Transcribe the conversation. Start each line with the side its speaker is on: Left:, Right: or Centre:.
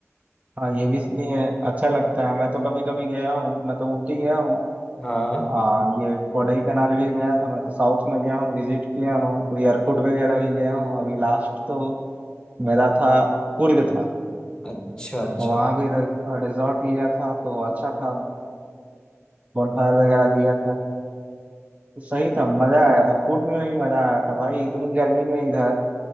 Right: हाँ ये भी ये अच्छा लगता है मैं तो कभी कभी गया हूँ मैं तो ऊटी गया हूँ
Left: हाँ
Right: आ, ये कोडई कनाल भी गया था मैं तो साउथ में गया हूँ विजिट किया हूँ कोई एयरकूट वगैरह भी गया हूँ अभी लास्ट तो मेरा था कुर्ग था
Left: अच्छा अच्छा
Right: तो वहाँ भी रिजॉर्ट लिया था तो अच्छा था बॉनफायर वगैरह दिया था तो सही था मजा आया था कुर्ग में भी मजा आया था भाई इतनी गर्मी में इधर